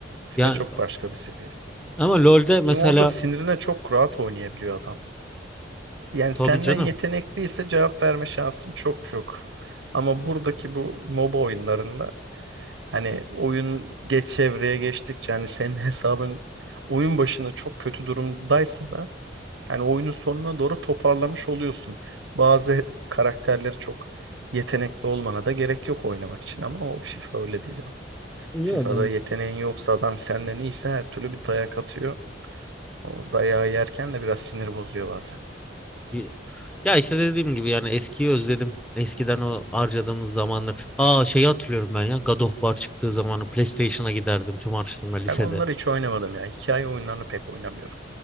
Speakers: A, on the right; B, in the centre.
A: FIFA
B: Ya
A: çok başka bir seviye.
B: ama LoL'de mesela
A: Çünkü orada sinirine çok rahat oynayabiliyor adam. Yani
B: tabii
A: senden
B: canım.
A: yetenekliyse cevap verme şansın çok yok. Ama buradaki bu MOBA oyunlarında hani oyun geç evreye geçtikçe hani senin hesabın oyun başında çok kötü durumdaysa da hani oyunun sonuna doğru toparlamış oluyorsun. Bazı karakterleri çok yetenekli olmana da gerek yok oynamak için ama o FIFA öyle değil abi.
B: Yok
A: FIFA'da
B: bence
A: yeteneğin yoksa adam senden iyiyse her türlü bir dayak atıyor. O dayağı yerken de biraz sinir bozuyor bazen.
B: de. Ya işte dediğim gibi yani eskiyi özledim. Eskiden o harcadığımız zamanlar. Aa şeyi hatırlıyorum ben ya. God of War çıktığı zamanı PlayStation'a giderdim tüm harçlığımla lisede.
A: Ben onları hiç oynamadım ya. Hikaye oyunlarını pek oynamıyorum.